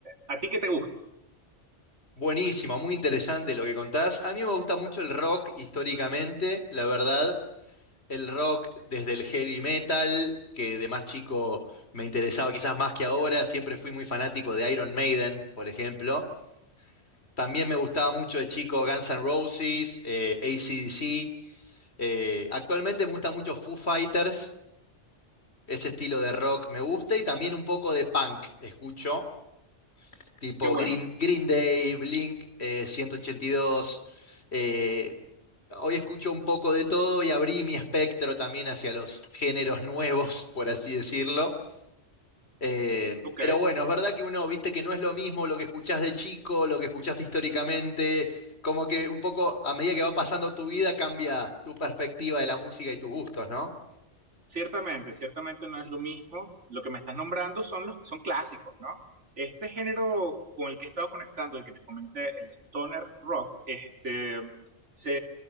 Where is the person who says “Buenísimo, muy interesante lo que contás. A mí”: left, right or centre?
Left